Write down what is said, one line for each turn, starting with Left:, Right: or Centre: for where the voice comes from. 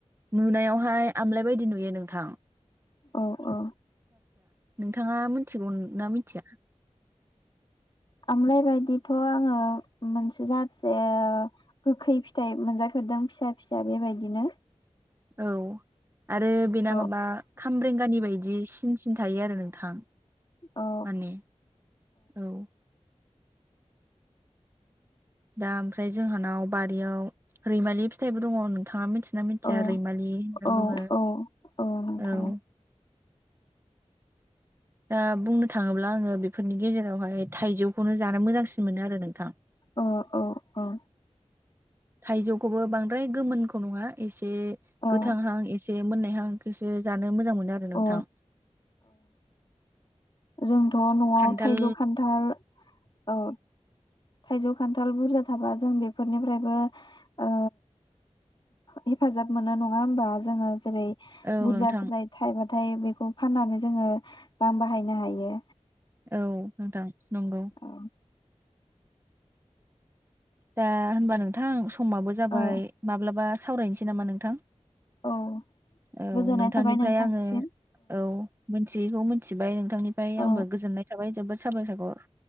Right: नुनायावहाय आमलाय बायदि नुयो नोंथां।
Left: अ औ।
Right: नों थाङा मिथिगौ ना मिथिया।
Left: आमलायबायदिथ आङो मोनसे <unintelligible> गोखै फिथाइ मोनजा फेरदों फिसा फिसा बेबायदिनो।
Right: औ आरो बेना
Left: औ
Right: माबा खामरेंगानि बायदि सिन सिन थायो आरो नोंथां
Left: औ
Right: माने औ दा ओमफ्राय जोंहानाव बारियाव रैमालि फिथाइबो दङ नोंथाङा मिथि यो ना मिथिया
Left: औ
Right: रैमालि होनना
Left: औ
Right: बुङो
Left: औ औ नोंथां
Right: औ दा बुंनो थाङोब्ला आङो बेफोरनि गेजेरावहाय थाइजौ खौनो जानो मोजांसिन मोनो आरो नोंथां
Left: औ औ औ
Right: थाइजौखौबो बांद्राय गोमोनखौ नङा एसे से
Left: औ
Right: गोथांहां एसे बे मोननायहां इखौसो जानो मोजां मोनो नो आरो नोंथां
Left: औ जों थ' नआव
Right: खान्थाल
Left: थाइजौ खान्थाल औ थाइजौ खान्थाल बुरजा थाबा जों बेफोरनिफ्रायबो ओ हेफाजाब मोनो नङा होमबा जोङो। जेरै
Right: औ
Left: बुरजा
Right: नोंथां
Left: थानाय थाइबा। नाथाय बेखौ फाननानै जोङो रां बाहायनो हायो।
Right: औ नोंथां नंगौ।
Left: औ
Right: दा होनबा नोंथां। समाबो जाबाय
Left: औ
Right: माब्लाबा। सावरायनोसै नामा नोंथां।
Left: औ
Right: औ
Left: गोजोननाय
Right: नोंथांनिफ्राय
Left: थाबाय नोंथांनिसिम
Right: आङो औ मिथियैखौ मिथिबाय ओं। बिथांनिफ्राय
Left: औ
Right: आंबो गोजोननाय थाबाय जोबोद। साबाय सागर।